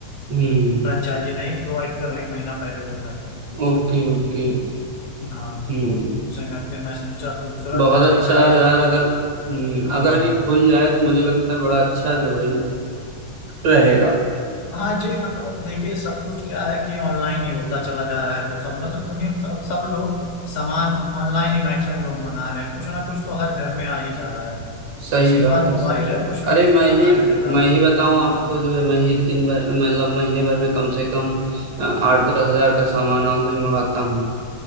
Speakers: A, on the right (about 60°); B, on the left (about 85°).
A: हम्म
B: फ्रेंचाइजी नहीं प्रोवाइड कर रहा एक महीना पहले वो कर रही थी।
A: Okay
B: हम्म,
A: okay
B: हाँ
A: हम्म
B: तो उसे मैं फिर मैं सोचा अब दूसरा
A: बहुत
B: क्या देखा
A: अच्छा
B: जाए
A: है यार अगर हम्म,
B: हाँ
A: अगर ये खुल जाए तो मुझे लगता है बड़ा अच्छा जो है ये रहेगा
B: हाँ जी मतलब अब देखिए सब कुछ क्या है कि ऑनलाइन ही होता चला जा रहा है तो सब मतलब दुनिया में सब सब लोग सामान ऑनलाइन ही मैक्सिमम लोग मंगा रहे हैं कुछ ना कुछ तो हर घर में आ ही जा रहा है
A: सही
B: जिसके
A: बात
B: पास मोबाइल
A: है सही
B: है
A: बात
B: कुछ ना
A: अरे
B: कुछ तो
A: मैं
B: मंगा
A: ही
B: ही ले रहा
A: मैं
B: है
A: ही बताऊं
B: हम्म,
A: आपको जो है मैं ही दिन भर मतलब महीने भर में कम से कम अ, आठ दस हजार का सामान ऑनलाइन मंगाता हूँ